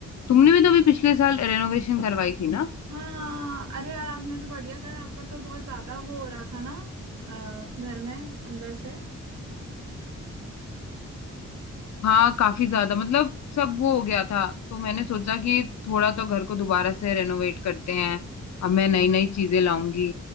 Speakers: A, on the left (about 70°); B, on the right (about 75°).
A: तुमने भी तो अभी पिछले साल रेनोवेशन करवाई थी ना
B: हाँ हाँ अरे यार आपने तो बढ़िया करा आपका तो बहुत ज्यादा वो हो रहा था ना अ, घर में अंदर से
A: हाँ काफी ज्यादा मतलब सब वो हो गया था तो मैंने सोचा कि थोड़ा तो घर को दोबारा से रेनोवेट करते हैं अब मैं नई नई चीजें लाऊंगी